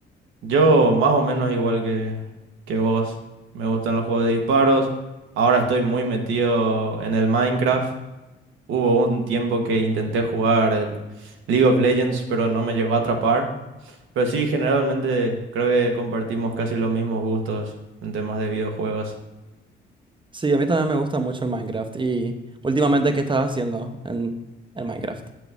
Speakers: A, on the right; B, on the right.
A: Yo más o menos igual que, que vos, me gustan los juegos de disparos. Ahora estoy muy metido en el Minecraft. Hubo un tiempo que intenté jugar el League of Legends, pero no me llegó a atrapar. Pero sí, generalmente creo que compartimos casi los mismos gustos en temas de videojuegos.
B: Sí, a mí también me gusta mucho el Minecraft. Y últimamente, ¿qué estás haciendo en el Minecraft?